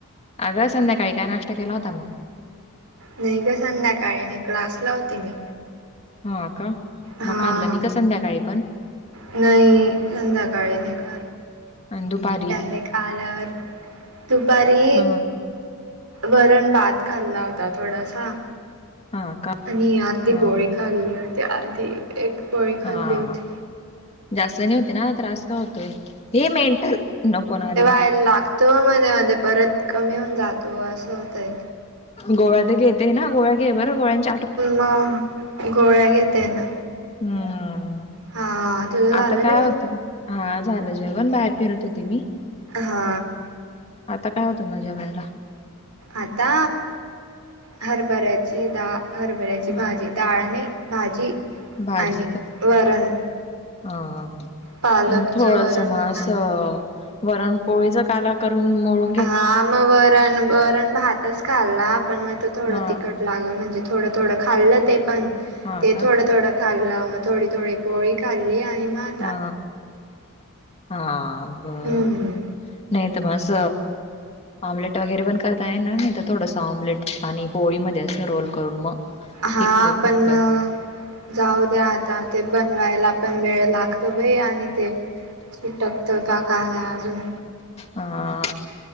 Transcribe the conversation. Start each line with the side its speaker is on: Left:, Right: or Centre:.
Left: अग संध्याकाळी काय नाष्ट्ता केला होता मग.
Right: नाही का संध्याकाळी नाही क्लास ला होते मी.
Left: हा का
Right: हा
Left: मग खाल्लं नाही का संध्याकाळी पण.
Right: नाही संध्याकाळी नाही खा
Left: आणि दुपारी
Right: डयरेक्ट आला दुपारी.
Left: ह
Right: वरण भात खाल्ला होता थोडासा.
Left: हा का.
Right: आणि अर्ध
Left: ह
Right: पोळी खाल्ली होती अर्ध एक. पोळी
Left: हा
Right: खाल्ली होती
Left: जास्त नाही होते ना त्रास. होतोय ये मेंटल नकोणारे.
Right: <inaudible> पान लाख तो मध्ये मध्ये परत कमी होऊन जातो असं होतंय.
Left: गोळ्या तर घेते ना गोळ्या घे बरं गोळ्यांच्या.
Right: मग गोळ्या घेते ना.
Left: हम्म
Right: हा तुझ झाल
Left: आता काय
Right: जेवण.
Left: होतं हा झालं जेवण बाहेर फिरत होती मी.
Right: हा.
Left: आता काय होतं मग जेवायला.
Right: आता हरभऱ्याची दा हरभऱ्याची
Left: हा
Right: भाजी. डाळ नाही भाजी.
Left: भाजी
Right: आणि
Left: का
Right: वरण
Left: हा हा हा.
Right: पालकचं
Left: म थोडस
Right: वरण
Left: म
Right: आता
Left: अस वरण पोळीचा काला करून मोळु
Right: हा मग वरण वरण भातच खाल्ला पण मग थोडं
Left: हा
Right: तिखट लाग म्हणजे थोडं थोडं खाल्लं ते पण
Left: हा
Right: ते
Left: का
Right: थोडं थोडं खाल्ला मग थोडी थोडी पोळी खाल्ली आणि मग आ
Left: हा हा बरं.
Right: हम्म
Left: नाही तर मग अस. ऑम्लेट वगैरे पण करता येणार नाही तर थोडसं ऑमलेट आणि पोळी मध्ये असं रोल करून मग
Right: हा
Left: फिक्क
Right: आपण
Left: फिक्क
Right: मग जाऊद्या आता ते बनवायला पण वेळ लाग ते बाई आणि ते चिटकता काय आहे अजून
Left: हा